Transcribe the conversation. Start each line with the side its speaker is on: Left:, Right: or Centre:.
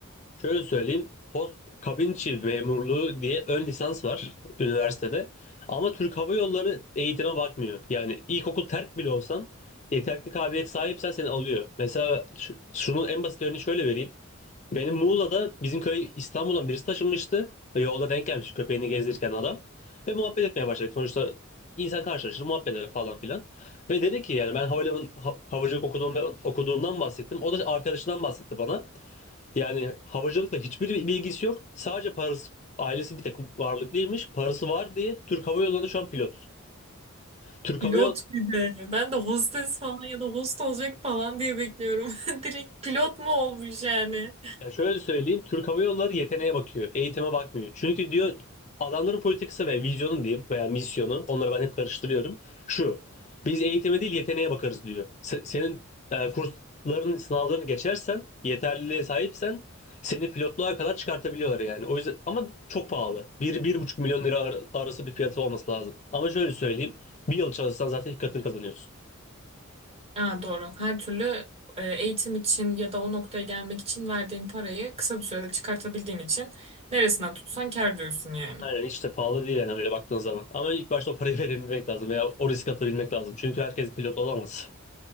Left: Şöyle söyleyeyim. Host, kabin içi memurluğu diye ön lisans var üniversitede. Ama Türk Hava Yolları eğitime bakmıyor. Yani ilkokul terk bile olsan yeterli kabiliyet sahipsen seni alıyor. Mesela şu- şunun en basit örneğini şöyle vereyim. Benim Muğla'da bizim köy İstanbul'dan birisi taşınmıştı. E, Yolda denk gelmiş köpeğini gezdirirken adam. Ve muhabbet etmeye başladık. Sonuçta insan karşılaşır, muhabbet eder falan filan. Ve dedi ki yani ben havalimanı ha- havacılık okuduğum, okuduğumdan bahsettim. O da arkadaşından bahsetti bana. Yani havacılıkla hiçbir bilgisi yok. Sadece parası ailesi bir tek varlıklıymış. Parası var diye Türk Hava Yolları'nda şu an pilot. Türk
Right: Pilot
Left: Hava Yolları
Right: bir de. Ben de hostes falan ya da host olacak falan diye bekliyorum. <laughs> Direkt pilot mu olmuş yani?
Left: Ya şöyle söyleyeyim, Türk Hava Yolları yeteneğe bakıyor, eğitime bakmıyor. Çünkü diyor adamların politikası ve vizyonu diyeyim veya misyonu, onları ben hep karıştırıyorum. Şu, biz eğitime değil yeteneğe bakarız diyor. Se- senin e, kursların, sınavlarını geçersen, yeterliliğe sahipsen seni pilotluğa kadar çıkartabiliyorlar yani. O yüzden ama çok pahalı. Bir bir buçuk milyon lira ar- arası bir fiyatı olması lazım. Ama şöyle söyleyeyim, bir yıl çalışsan zaten iki katını kazanıyorsun.
Right: Ha, doğru. Her türlü e, eğitim için ya da o noktaya gelmek için verdiğin parayı kısa bir sürede çıkartabildiğin için neresinden tutsan kâr diyorsun yani.
Left: Aynen hiç de pahalı değil yani öyle baktığın zaman. Ama ilk başta o parayı <laughs> verebilmek lazım veya o risk atabilmek lazım. Çünkü herkes pilot olamaz.